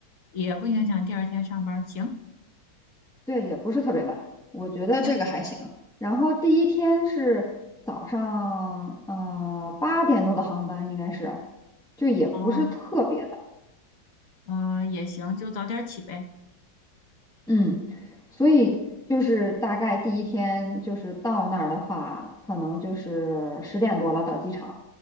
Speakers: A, on the left; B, in the centre.
A: 也不影响第二天上班。行
B: 对，也不是特别晚，我觉得这个还行。
A: 行，
B: 然后第一天是早上，呃，八点多的航班应该是，就也不是特别早，
A: 哦，嗯，也行，就早点起呗。
B: 嗯，所以就是大概第一天就是到那儿的话，可能就是十点多了到机场，